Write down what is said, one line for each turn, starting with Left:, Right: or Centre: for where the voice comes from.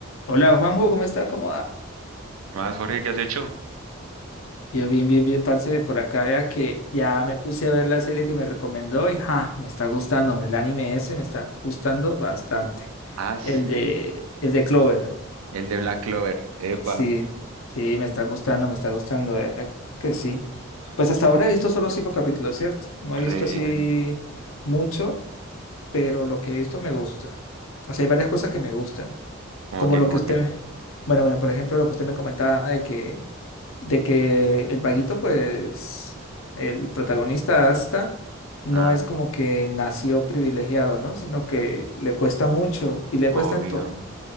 Left: Hola Juanjo, ¿cómo está? ¿Cómo va?
Right: ¿Qué más, Jorge? ¿Qué has hecho?
Left: Yo bien, bien, bien, parce, por acá vea que ya me puse a ver la serie que me recomendó y ja, me está gustando, el anime ese me está gustando bastante.
Right: Ah, sí,
Left: El de, el de Clover,
Right: el de Black Clover. Epa,
Left: sí, sí, me está gustando, me está gustando, vea que sí. Pues hasta ahora he visto solo cinco capítulos, ¿cierto? No
Right: re
Left: he visto
Right: bien.
Left: así mucho, pero lo que he visto me gusta. O sea, hay varias cosas que me gustan,
Right: ¿Cómo
Left: como
Right: que,
Left: lo
Right: cómo
Left: que usted,
Right: que?
Left: bueno, bueno, por ejemplo, lo que usted me comentaba de que de que el vaguito, pues, el protagonista Asta, no
Right: Ah,
Left: es como que nació privilegiado, ¿no? Sino que le cuesta mucho y le cuesta
Right: obvio.
Left: en todo,